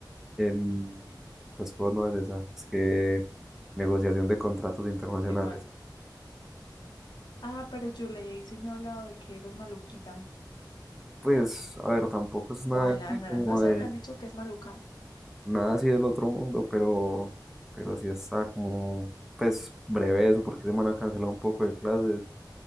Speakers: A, in the centre; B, on the left (about 70°).
A: En, pues, ¿cómo no es esa? Es que negociación de contratos internacionales.
B: Pero igual. Ah, pero Yurley sí me ha hablado de que esa es maluquita.
A: Pues, a ver, tampoco es nada
B: O Alana,
A: así como
B: no sé,
A: de,
B: me han dicho que es maluca.
A: nada así del otro mundo, pero, pero sí está como, pues, breve eso, porque se van a cancelar un poco de clases